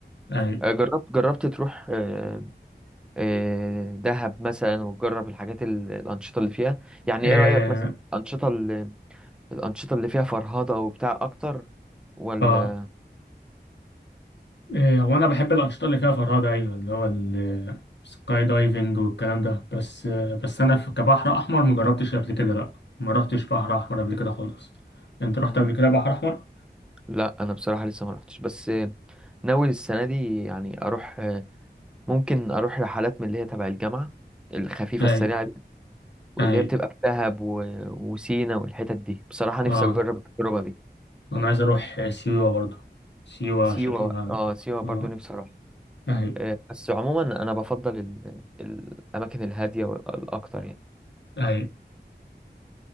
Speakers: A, on the left; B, in the centre.
A: أيوة
B: آه، جربت جربت تروح آه، آه، دهب مثلا وتجرب الحاجات ال- الأنشطة اللي فيها يعني
A: آه
B: ايه رأيك مثلا الأنشطة اللي الأنشطة اللي فيها فرهضة وبتاع أكتر ولا
A: آه آه، هو أنا بحب الأنشطة اللي فيها فرهدة أيوة اللي هو ال- السكاي دايفنج والكلام ده بس آه، بس أنا في- كبحر أحمر مجربتش قبل كده لأ ما رحتش بحر أحمر قبل كده خالص أنت رحت
B: مم.
A: قبل كده بحر أحمر؟
B: لا أنا بصراحة لسه ما رحتش بس آه، ناوي السنة دي يعني أروح آه، ممكن أروح رحلات من اللي هي تبع الجامعة الخفيفة
A: أيوة
B: السريعة دي، واللي
A: أيوة
B: هي بتبقى في دهب و... وسينا والحتت دي بصراحة نفسي
A: آه
B: أجرب التجربة دي
A: انا عايز اروح سيوة برضو سيوة
B: سيوة
A: شكلها
B: اه سيوة برضو
A: اه
B: نفسي أروح
A: اهي
B: آه، بس عموما أنا بفضل ال... الأماكن الهادية والأكتر يعني
A: اهي